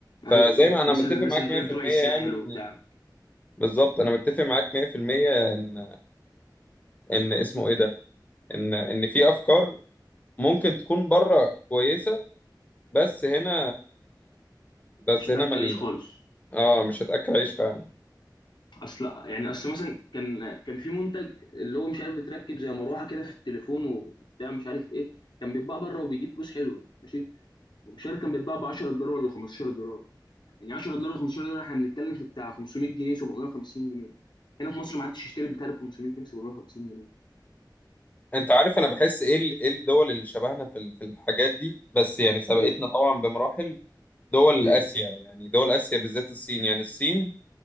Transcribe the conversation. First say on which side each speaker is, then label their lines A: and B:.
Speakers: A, on the left (about 20°); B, on the left (about 70°).
A: فزي
B: ايوه بالظبط
A: ما أنا
B: الناس
A: متفق
B: اللي الناس
A: معاك
B: اللي
A: 100%
B: هي بتروح الساحل
A: يعني
B: وبتاع
A: بالظبط انا متفق معاك 100% ان ان اسمه ايه ده ان ان في افكار ممكن تكون بره كويسه بس هنا بس
B: مش هتاكل
A: هنا من ال-
B: عيش خالص
A: اه مش هتاكل عيش فعلا
B: اصل يعني اصل مثلا كان كان في منتج اللي هو مش عارف بتركب زي مروحه كده في التليفون وبتاع مش عارف ايه كان بيتباع بره وبيجيب فلوس حلوه ماشي مش عارف كان بيتباع ب 10 دولار ولا 15 دولار يعني 10 دولار و15 دولار احنا بنتكلم في بتاع 500 جنيه 750 جنيه هنا في مصر ما حدش يشتري بتاع ب 500 جنيه 750 جنيه
A: انت عارف انا بحس ايه ال- ايه الدول اللي شبهنا في ال- في الحاجات دي بس يعني سبقتنا
B: ايه
A: طبعا بمراحل دول
B: ايه
A: اسيا يعني دول اسيا بالذات الصين يعني الصين